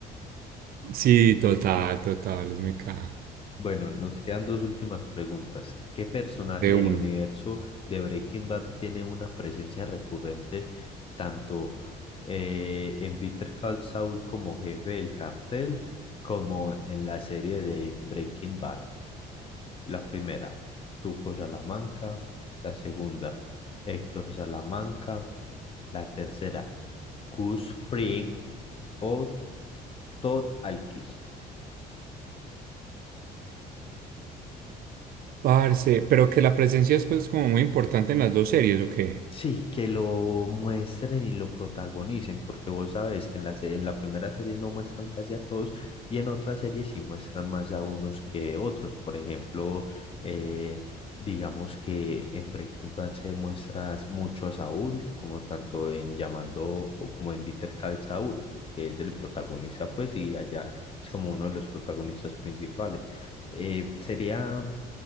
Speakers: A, on the right; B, on the left.
A: sí, total, total, es muy caja.
B: Bueno, nos quedan dos últimas preguntas. ¿Qué personaje
A: De
B: del
A: uno.
B: universo de Breaking Bad tiene una presencia recurrente tanto eh, en Better Call Saul como jefe del cartel, como en la serie de Breaking Bad? La primera, Tuco Salamanca. La segunda, Héctor Salamanca. La tercera, Gus Fring o Todd Alquist.
A: Parce, pero que la presencia es pues como muy importante en las dos series, ¿o qué?
B: Sí, que lo muestren y lo protagonicen, porque vos sabes que en la, se- en la primera serie no muestran casi a todos y en otras series sí muestran más a unos que otros. Por ejemplo, eh, digamos que en Breaking Bad se muestra mucho a Saúl, como tanto en Llamando o como en Bitter Call Saúl, que es el protagonista, pues, y allá es como uno de los protagonistas principales. Eh, sería